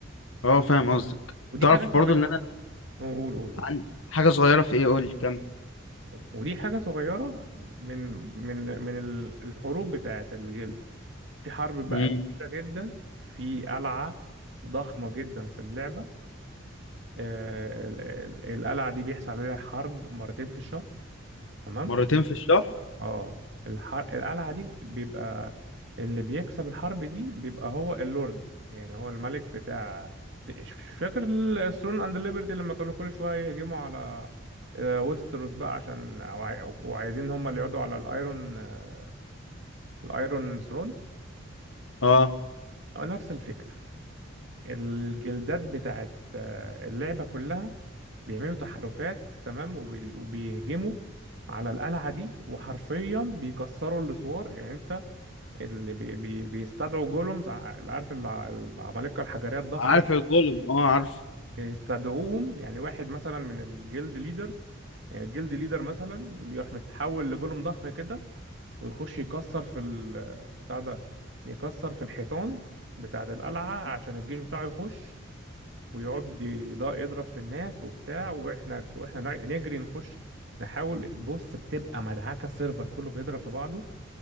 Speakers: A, on the left; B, on the right.
A: اه فاهم قصدك
B: ودي
A: تعرف
B: حاجه صغيره
A: برضو ان انا
B: قول قول قول
A: عن حاجة صغيرة في ايه قول لي كم
B: ودي حاجه صغيره من من من ال- الحروب بتاعت الجلد في حرب بقى
A: مم.
B: كبيرة جدا في قلعة ضخمة جدا في اللعبة آه، ال- ال- القلعة دي بيحصل عليها حرب مرتين في الشهر تمام
A: مرتين في الشهر
B: اه الحر... القلعة دي بيبقى اللي بيكسب الحرب دي بيبقى هو اللورد يعني هو الملك بتاع في- مش فاكر الثرون اند ليبرتي لما كانوا كل شوية يهجموا على آه، ويستروس بقى عشان وعايزين هم اللي يقعدوا على الايرون آه، الايرون ثرون
A: اه
B: آه، نفس الفكرة الجلدات بتاعت آه، اللعبة كلها بيعملوا تحالفات تمام وبي- وبيهجموا على القلعة دي وحرفيا بيكسروا السور يعني انت اللي بي بي بيستدعوا جولومز ع- اللي عارف الع- العمالقة الحجرية الضخمة
A: عارف
B: دي
A: الجولم اه عارف
B: بيستدعوهم يعني واحد مثلا من الجلد ليدرز يعني الجلد ليدر مثلا يروح متحول لجولوم ضخم كده ويخش يكسر في ال بتاع ده يكسر في الحيطان بتاعة القلعة عشان الجيش بتاعه يخش ويقعد يض- يضرب في الناس وبتاع واحنا واحنا نع- نجري نخش نحاول بص بتبقى مدعكه السيرفر كله بيضرب في بعضه